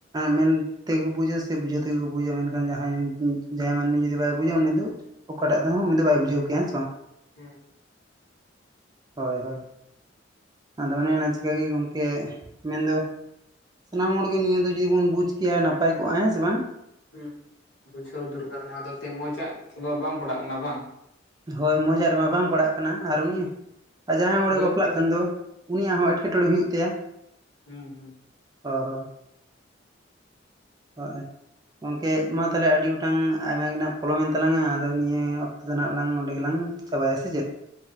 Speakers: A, on the right (about 20°); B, on the left (about 70°).
A: ᱢᱮᱱ ᱛᱮᱜᱮ ᱠᱚ ᱵᱩᱡᱟ ᱥᱮ ᱵᱩᱡᱷᱟᱹᱣ ᱛᱮᱜᱮ ᱠᱚ ᱼᱼ ᱵᱩᱡᱟ ᱢᱮᱱᱠᱷᱟᱱ ᱡᱟᱦᱟᱸᱭ ᱡᱟᱦᱟᱸᱭ ᱢᱟᱹᱱᱢᱤ ᱡᱩᱫᱤ ᱵᱟᱭ ᱵᱩᱡᱟ ᱩᱱᱤ ᱫᱚ ᱚᱠᱟᱴᱟᱜ ᱛᱮᱦᱚᱸ ᱩᱱᱤ ᱫᱚ ᱵᱟᱭ ᱵᱩᱡᱷᱟᱹᱣ ᱠᱮᱭᱟ ᱦᱮᱸ ᱥᱮ ᱵᱟᱝ
B: ᱦᱮᱸ
A: ᱦᱚᱭ ᱦᱚᱭ ᱾ ᱟᱫᱚ ᱚᱱᱮ ᱚᱱᱟ ᱪᱤᱠᱟᱹᱜᱮ ᱜᱚᱢᱠᱮ ᱢᱮᱱᱫᱚ ᱥᱟᱱᱟᱢ ᱦᱚᱲ ᱜᱮ ᱱᱤᱭᱟᱹ ᱫᱚ ᱡᱩᱫᱤ ᱵᱚᱱ ᱵᱩᱡᱽ ᱠᱮᱭᱟ ᱱᱟᱯᱟᱭ ᱠᱚᱜᱼᱟ ᱦᱮᱸ ᱥᱮ ᱵᱟᱝ
B: ᱦᱩᱸ ᱵᱩᱡᱷᱟᱹᱣ ᱫᱚᱨᱠᱟᱨ ᱱᱚᱣᱟ ᱫᱚ ᱮᱱᱛᱮᱫ ᱢᱚᱸᱡᱽᱼᱟᱜ ᱥᱚᱵᱷᱟᱵ ᱵᱟᱝ ᱯᱟᱲᱟᱜ ᱠᱟᱱᱟ ᱵᱟᱝ ᱾
A: ᱦᱳᱭ ᱢᱚᱸᱡᱽᱼᱟᱜ ᱨᱮᱢᱟ ᱵᱟᱝ ᱯᱟᱲᱟᱜ ᱠᱟᱱᱟ ᱟᱨ ᱩᱱᱤ ᱼᱼ ᱟᱨ ᱡᱟᱦᱟᱸᱭ ᱦᱚᱲᱮ
B: ᱧᱮᱞ
A: ᱵᱟᱯᱞᱟᱜ
B: ᱠᱮᱫ
A: ᱠᱷᱟᱱ ᱫᱚ ᱩᱱᱤᱭᱟᱜ ᱦᱚᱸ ᱮᱴᱠᱮᱴᱚᱬᱮ ᱦᱩᱭᱩᱜ ᱛᱟᱭᱟ᱾
B: ᱦᱩᱸ ᱦᱩᱸ ᱾
A: ᱦᱚᱭ ᱦᱚᱭ ᱾ <unintelligible> ᱜᱚᱢᱠᱮ ᱢᱟ ᱛᱟᱦᱚᱞᱮ ᱟᱹᱰᱤ ᱜᱚᱴᱟᱝ ᱟᱭᱢᱟ ᱜᱮ ᱱᱟᱦᱟᱜ ᱯᱚᱞᱚᱢ ᱮᱱ ᱛᱟᱞᱟᱝᱟ ᱟᱫᱚ ᱱᱤᱭᱟᱹ ᱚᱠᱛᱚ ᱫᱚ ᱱᱟᱦᱟᱜ ᱞᱟᱝ ᱱᱚᱸᱰᱮ ᱜᱮ ᱞᱟᱝ ᱼᱼ ᱪᱟᱵᱟᱭᱟ ᱥᱮ ᱪᱮᱫ?